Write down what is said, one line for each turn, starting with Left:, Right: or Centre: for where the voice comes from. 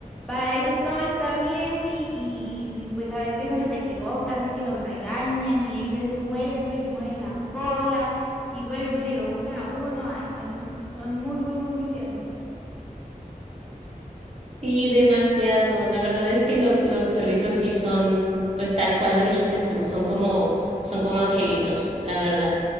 Centre: para ellos todo está bien y, y- y- y, pues a veces uno se equivoca, así que los regañan y ellos vuelven y mueven la cola y vuelven y lo buscan a uno, ay no, son, son muy, muy, muy, muy tiernos.
Right: Sí, demasiado. La verdad es que los, los perritos sí son, pues tal cual lo dijiste tú, son como, son como angelitos, la verdad.